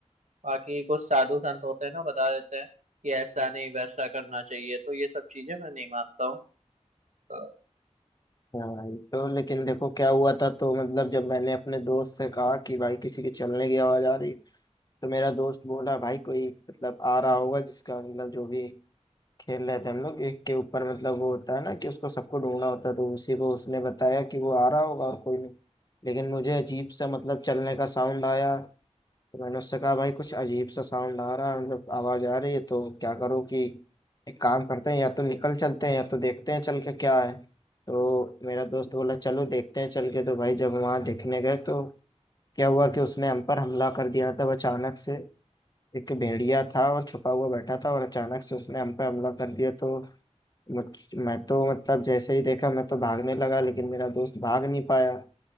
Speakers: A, on the right (about 80°); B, on the left (about 35°).
A: बाकी कुछ साधु संत होते हैं ना बता देते हैं कि ऐसा नहीं वैसा करना चाहिए तो ये सब चीजें मैं नहीं मानता हूँ तो
B: हाँ ये तो लेकिन देखो क्या हुआ था तो मतलब जब मैंने अपने दोस्त से कहा कि भाई किसी के चलने की आवाज आ रही तो मेरा दोस्त बोला भाई कोई मतलब आ रहा होगा जिसका मतलब जो भी खेल रहे थे हम लोग एक के ऊपर मतलब वो होता है ना कि उसको सबको ढूंढना होता है तो उसी को उसने बताया कि वो आ रहा होगा और कोई नहीं लेकिन मुझे अजीब सा मतलब चलने का साउंड आया तो मैंने उससे कहा भाई कुछ अजीब सा साउंड आ रहा है मतलब आवाज आ रही है तो क्या करो कि एक काम करते हैं या तो निकल चलते हैं या तो देखते हैं चल के क्या है तो मेरा दोस्त बोला चलो देखते हैं चल के तो भाई जब वहां देखने गए तो क्या हुआ कि उसने हम पर हमला कर दिया था वो अचानक से एक भेड़िया था और छुपा हुआ बैठा था और अचानक से उसने हम पर हमला कर दिया तो मुझ मैं तो मतलब जैसे ही देखा मैं तो भागने लगा लेकिन मेरा दोस्त भाग नहीं पाया